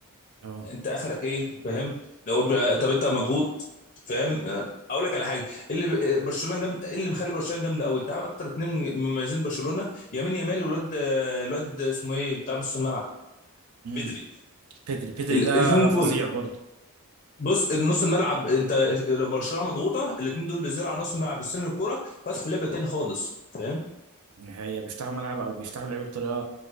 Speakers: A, on the right (about 85°); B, on the left (about 40°).
A: اه
B: انت اخرك ايه فاهم لو ب- طب انت مضغوط فاهم آه، اقول لك على حاجه اللي ب- برشلونه جامد ايه اللي مخلي برشلونه جامده قوي انت عارف اكتر اتنين مميزين برشلونه يمين يامال والواد آه، الواد اسمه ايه بتاع نص الملعب
A: امم
B: بدري
A: بيدري بيدري
B: ال-
A: ده
B: الاثنين
A: فظيع
B: دول
A: برضه
B: بص النص الملعب انت لو برشلونه مضغوطه الاثنين دول بينزلوا على نص الملعب بيستلموا الكوره فتحوا لعبه تاني خالص فاهم
A: هي بيفتحوا ملعب او بيفتحوا لعب بطريقة